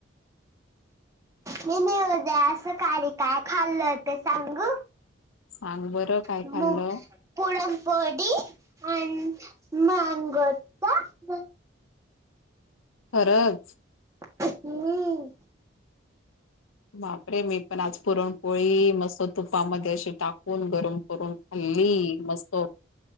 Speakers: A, on the right; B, on the left.
A: मी बी उदया सकाळी काय खाल्लं ते सांगू.
B: सांग बरं काय
A: मग,
B: खाल्लं
A: <unintelligible>
B: खरंच.
A: हम्..
B: बापरे मी पण आज पुरणपोळी, मस्त तुपामध्ये अशी टाक <unintelligible> गरम करून खाल्ली मस्त.